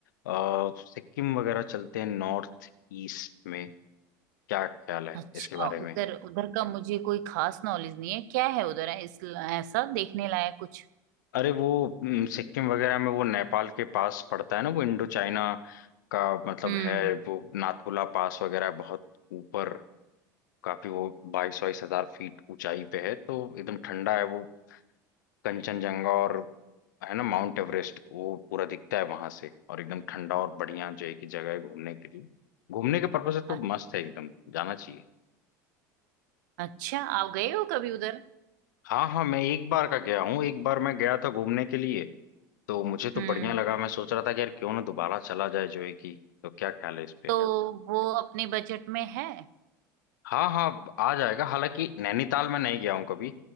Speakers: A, on the left; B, on the right.
A: अ, सिक्किम वगैरह चलते हैं नॉर्थ ईस्ट में क्या ख्याल है
B: अच्छा
A: इसके बारे में
B: उधर उधर का मुझे कोई खास नॉलेज नहीं है क्या है उधर है इस ऐसा देखने लायक कुछ
A: अरे वो हम्म, सिक्किम वगैरह में वो नेपाल के पास पड़ता है ना वो इंडो चाइना का मतलब
B: हम्म
A: है वो नाथुला पास वगैरह बहुत ऊपर काफी वो बाईस बाईस हजार फीट ऊंचाई पे है तो एकदम ठंडा है वो कंचनजंगा और है ना माउंट एवरेस्ट वो पूरा दिखता है वहां से और एकदम ठंडा और बढ़िया जो है कि जगह है घूमने के लिए घूमने के पर्पज से तो
B: अ-
A: मस्त है एकदम जाना चाहिए
B: अच्छा आप गए हो कभी उधर
A: हाँ हाँ मैं एक बार का गया हूँ एक बार मैं गया था घूमने के लिए तो मुझे तो
B: हम्म
A: बढ़िया लगा मैं सोच रहा था कि यार क्यों ना दोबारा चला जाए जो है कि तो क्या ख्याल है इस पे
B: तो वो अपने बजट में है
A: हाँ हाँ आ जाएगा हालांकि नैनीताल में नहीं गया हूँ कभी